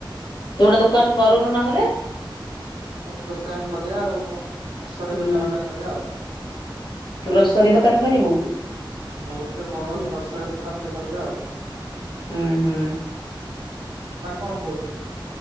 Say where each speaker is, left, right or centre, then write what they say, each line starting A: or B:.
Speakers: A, on the left; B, on the right.
A: ତୁ ଗୋଟେ ଦୋକାନ କରୁନୁ ନହେଲେ?
B: ହଁ ଗୋଟେ ଦୋକାନ କରିବା ଆଉ ଗ୍ରୋସରୀ
A: ହୁଁ
B: ଦୋକାନ ଗୋଟେ କରିବା ଆଉ।
A: ଗ୍ରୋସରୀ ଦୋକାନ କରିବୁ
B: ହଁ ଗୋଟେ ବଡ
A: ହୁଁ
B: ଗ୍ରୋସରୀ ଦୋକାନ ଟେ କରିବା ଆଉ।
A: ହୁଁ ହୁଁ।
B: ନା କଣ କହୁଛୁ?